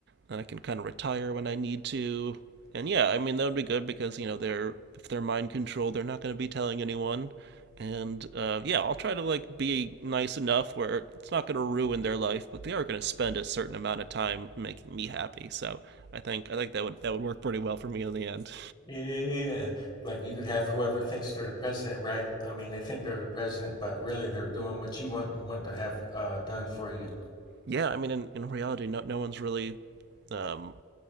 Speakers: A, on the right; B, on the left.
A: Then I can kind of retire when I need to. And yeah, I mean that would be good because you know they're if they're mind controlled, they're not going to be telling anyone. And uh, yeah, I'll try to like be nice enough where it's not going to ruin their life, but they are going to spend a certain amount of time making me happy. So I think I think that would that would work pretty well for me in the end.
B: Yeah, like you could have whoever thinks they're the president, right? I mean, they think they're the president, but really they're doing what you want want to have uh, done for you.
A: Yeah, I mean in, in reality, no no one's really um,